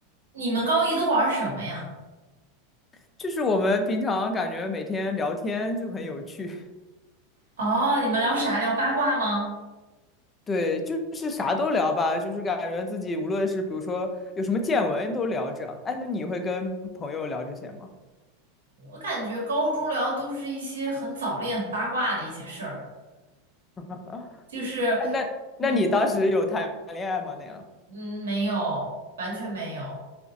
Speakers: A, on the right; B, on the left.
A: 你们高一都玩什么呀？
B: <laughs> 就是我们平常感觉每天聊天就很有趣，
A: 哦，你们聊啥？聊八卦吗？
B: <laughs> 对，就是啥都聊吧，就是感觉自己无论是比如说有什么见闻都聊着。样。哎，那你会跟朋友聊这些吗？
A: 我感觉高中聊的都是一些很早恋、很八卦的一些事儿，
B: <laughs>
A: 就是，
B: 哎，那那你当时有谈恋爱吗？
A: 嗯
B: 那样？
A: 嗯，没有，完全没有，